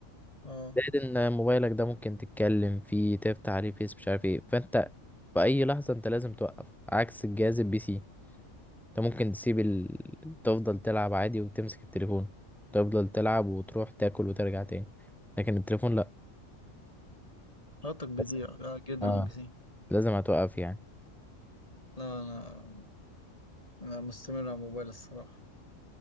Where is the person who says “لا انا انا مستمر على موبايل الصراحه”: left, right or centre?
Left